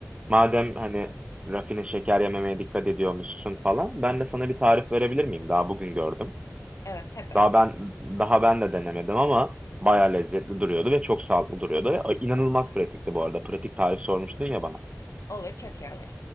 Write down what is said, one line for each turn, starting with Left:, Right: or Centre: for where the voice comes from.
Right: madem hani rafine şeker yememeye dikkat ediyormuşsun falan ben de sana bir tarif verebilir miyim? Daha bugün gördüm.
Left: evet tabii
Right: Daha ben daha ben de denemedim ama bayağı lezzetli duruyordu ve çok sağlıklı duruyordu. Ve inanılmaz pratikti bu arada. Pratik tarif sormuştun ya bana.
Left: olur çok iyi olur.